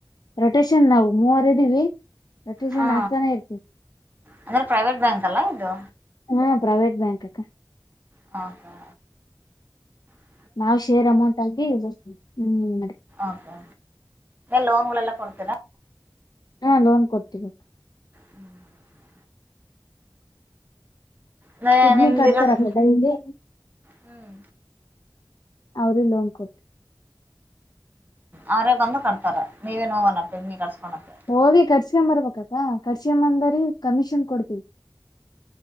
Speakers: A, on the left; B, on the right.
A: ರೊಟೇಶನ್ ನಾವು ಮೂವರೆ ಇದ್ದೀವಿ, ರೊಟೇಶನ್
B: ಹಾ
A: ಆಕ್ತಾನೇ ಇರ್ತೀವಿ.
B: ಅಂದ್ರೆ ಪ್ರೈವೇಟ್ ಬ್ಯಾಂಕ್ ಅಲ್ಲ ಇದು.
A: ಹ್ಮ್, ಪ್ರೈವೇಟ್ ಬ್ಯಾಂಕ್ ಅಕ್ಕಾ
B: ಹಾ ಹಾ <inaudible>
A: ನಾವ್ ಶೇರ್ ಅಮೌಂಟ್ ಆಗಿ ಬರ್ತೇವಿ ಹ್ಮ್.
B: ಓಕೆ, ಲೋನ್ ಗಳೆಲ್ಲ ಕೊಡ್ತೀರಾ
A: ಹಾ, ಲೋನ್ ಕೊಡ್ತೀವಿ.
B: ಹ್ಮ್ <inaudible> ಅದೇ
A: ಪಿಗ್ಮಿ
B: ನಿಮ್ದಿರೋದು
A: ಕಡ್ತಾರ ಅಕ್ಕಾ ಡೈಲಿ
B: ಹ್ಮ್
A: ಅವ್ರೆ ಲೋನ್ ಕೊಡ್ತಾರೆ.
B: ಅವ್ರೇ ಬಂದು ಕೊಡ್ತಾರೆ ನೀವೇನು ಪಿಗ್ನಿ ಕಟ್ಸ್ಕೊಳಕೆ
A: ಹೋಗಿ ಕಟ್ಸಕೊಂಬರ್ಬೇಕ್ಕ ಕಟ್ಸಂಬದರಿಗೆ ಕಮಿಷನ್ ಕೊಡ್ತೀವಿ.